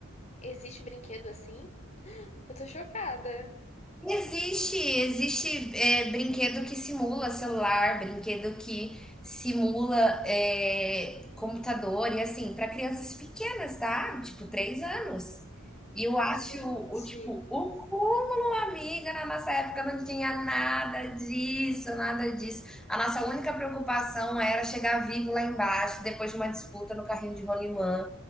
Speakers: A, on the left (about 30°); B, in the centre.
A: Existe brinquedo assim? Eu tô chocada.
B: Existe, existe é, brinquedo que simula celular, brinquedo que simula é, computador, e assim, para crianças pequenas, tá? Tipo, três anos. E eu acho
A: Gente,
B: o o, tipo, o cúmulo, amiga, na nossa época não tinha nada disso, nada disso. A nossa única preocupação era chegar vivo lá embaixo, depois de uma disputa no carrinho de rolimã,